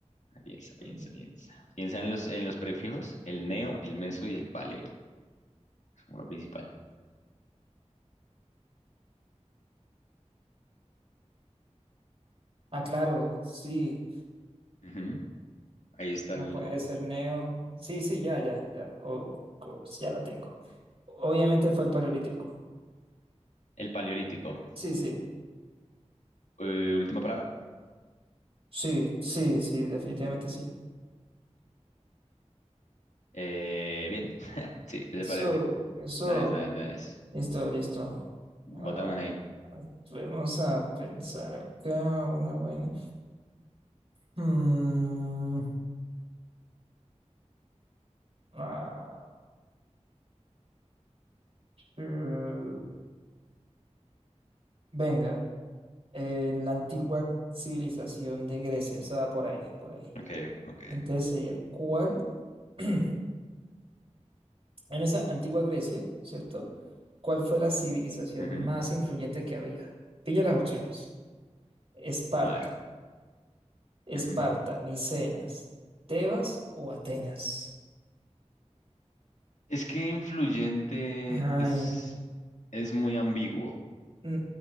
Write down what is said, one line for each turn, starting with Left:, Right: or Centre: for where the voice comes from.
Left: Piensa, piensa,
Right: Mm,
Left: piensa. Piensa en los, en los prefijos, el neo, el meso y el paleo. Uno principal.
Right: Ah, claro, sí,
Left: Ujú. Ahí está
Right: no
Left: el,
Right: puede ser Neo. Sí, sí, ya, ya, ya, of course, ya la tengo. Obviamente fue el Paleolítico.
Left: el paleolítico.
Right: Sí, sí,
Left: Eh, última palabra.
Right: sí, sí, sí, definitivamente sí.
Left: Eh, bien. <laughs> Sí, es
Right: Eso,
Left: el paleolítico.
Right: eso.
Left: Nice, nice, nice.
Right: Listo, listo. Ah,
Left: Botamos ahí.
Right: vamos a pensar acá una buena. Mm, ah, eh, venga, en la antigua civilización de Grecia, estaba por ahí, por ahí.
Left: Ok, ok.
Right: Entonces sería, ¿cuál? <clears throat> En esa antigua Grecia, ¿cierto? ¿Cuál fue la civilización
Left: Ujú.
Right: más influyente que había? Pilla las opciones. Esparta,
Left: A ver.
Right: Esparta,
Left: Ujú.
Right: Micenas, Tebas o Atenas.
Left: Es que influyente
Right: Ay.
Left: es, es muy ambiguo.
Right: Mm,